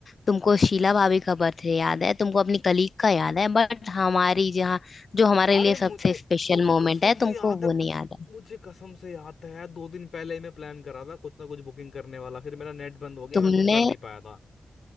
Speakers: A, on the left; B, on the left.
A: तुमको शीला भाभी का बर्थडे याद है तुमको अपनी कलीग का याद है बट हमारी जहाँ जो हमारे
B: अरे
A: लिए
B: मुझे
A: सबसे स्पेशल
B: मुझे
A: मोमेंट
B: कसम
A: है
B: से
A: तुमको
B: याद है
A: वो नहीं याद है
B: मुझे कसम से याद है यार दो दिन पहले ही मैं प्लान करा था कुछ ना कुछ बुकिंग करने वाला फिर मेरा नेट बंद हो गया
A: तुमने
B: मैं कुछ कर नहीं पाया था